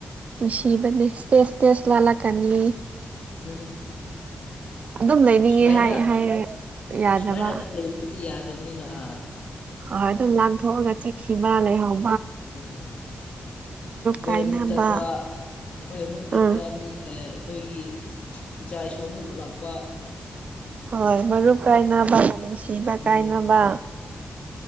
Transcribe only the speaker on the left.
ꯑꯗꯨꯅꯤ
ꯁꯨꯃꯥꯏꯅ
ꯁꯨꯃꯥꯏꯅ ꯑꯗꯨꯝ ꯂꯩꯕꯗꯤ ꯌꯥꯗꯕꯅꯤꯅ ꯑ
ꯑꯗꯨꯗꯤ ꯑꯩꯈꯣꯏ
ꯑꯃꯨꯛ ꯆꯠꯄ ꯑꯩꯈꯣꯏ ꯑꯃꯨꯛ ꯆꯠꯄ
ꯃꯤ ꯑꯩꯈꯣꯏꯒꯤ ꯏꯆꯥ ꯏꯁꯨ ꯑꯃꯨꯛ ꯂꯥꯛꯄ
ꯑꯗꯨꯅꯦ